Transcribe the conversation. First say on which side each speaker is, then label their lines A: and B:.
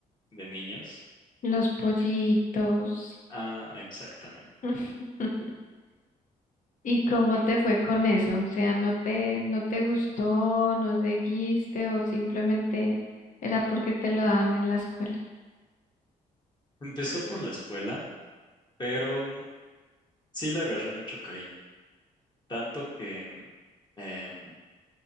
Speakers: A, on the left; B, on the left.
A: de niños?
B: Los pollitos.
A: Que- Ah, exactamente.
B: <laughs> ¿Y cómo
A: Y
B: te fue con eso? O sea, ¿no te, no te gustó, no seguiste o simplemente era porque te lo daban en la escuela?
A: empezó por la escuela, pero mm, sí le agarré mucho cariño, tanto que mm, em,